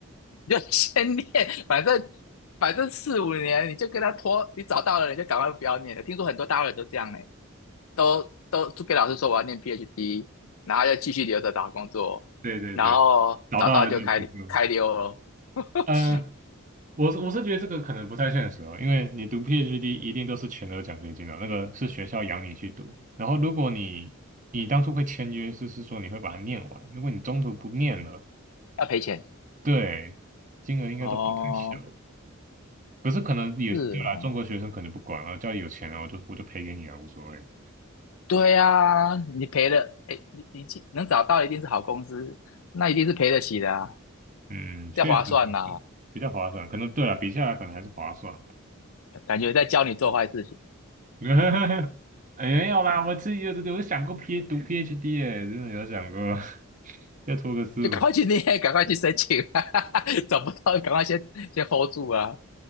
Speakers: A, on the left (about 75°); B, on the right (about 35°).
A: <laughs> 你就先念，反正反正四五年你就跟他拖，你找到了你就赶快不要念了。听说很多大陆人都这样呢、都都就跟老师说我要念 PhD，然后就继续留着找工作，
B: 对对对，
A: 然后找到就开开溜了，
B: 找到了就不错。
A: <laughs>
B: 呃，我是我是觉得这个可能不太现实哦，因为你读 PhD 一定都是全额奖学金哦，那个是学校养你去读。然后如果你你当初会签约，就是说你会把它念完，如果你中途不念了，
A: 要赔钱
B: 对，金额应该都不太小。
A: 哦，
B: 可是可能也对啦，
A: 是哦，
B: 中国学生可能就不管啊，家里有钱啊，我就我就赔给你啊，无所谓。
A: 对啊，你赔了，哎，你你既能找到一定是好公司，那一定是赔得起的啊，
B: 嗯，确实有可能比较划算，
A: 这划算呐、
B: 可能对啦，比下来可能还是划算的。
A: 感觉在教你做坏事情，
B: <laughs> 没有啦，我自己有有想过 P 读 PhD 哎、真的有想过，<laughs> 再拖个四五，
A: 就赶快去念，<laughs> 赶快去申请啊，<laughs> 找不到赶快先先 hold 住啊，